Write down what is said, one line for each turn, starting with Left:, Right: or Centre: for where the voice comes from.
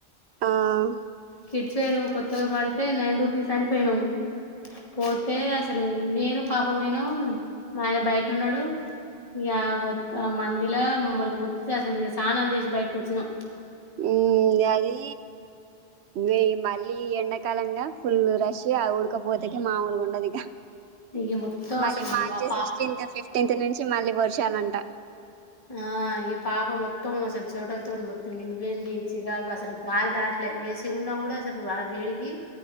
Right: ఆహ్
Left: కిడ్స్ వేరు కొత్తగా పడితే నైన్ రూపీస్ అనిపోయినాము పోతే అసలు నేను పాప పోయినం మా ఆయన బయట ఉన్నడు ఈ ఆ వత్త మందిలా మమ్మల్ ఒత్తె అసలు సానాలు చేసి బయటకి వచ్చినం
Right: ఊ అది వెయ్ మ <unintelligible> ఈ ఎండాకాలంగా ఫుల్ రష్ ఆ ఉడకపోతేకి మాముూలుగా ఉండదిక
Left: ఇగ మొత్తం
Right: మళ్ళీ
Left: అసలు
Right: మార్చి
Left: మా పా
Right: సిక్స్టీన్త్ ఫిఫ్టీన్త్ నుంచి చి మళ్లీ వర్షాలంట
Left: ఆ ఇక పాప మొత్తం అసలు చమటలతో మొత్తం నిండి పోయింది చికాకు అసలు గాలి రాట్లే ఏసి ఉన్నా కూడా అసలు ఆ వేడికి